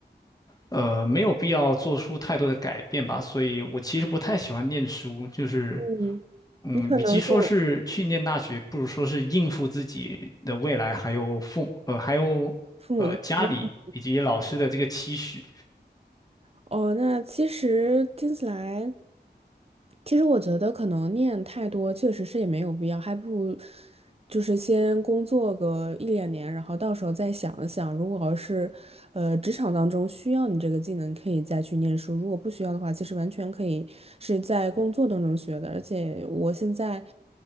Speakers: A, on the left; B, on the right.
A: 呃，没有必要做出太多的改变吧，所以我其实不太喜欢念书，就是
B: 嗯，
A: 嗯，
B: 你可能是有
A: 与其说是去念大学，不如说是应付自己的未来，还有父呃，还有呃家里以及老师的这个期许。
B: 父母的期望哦。那其实听起来，其实我觉得可能念太多确实是也没有必要，还不如就是先工作个一两年，然后到时候再想一想，如果要是呃职场当中需要你这个技能，可以再去念书；如果不需要的话，其实完全可以是在工作当中学的。而且我现在。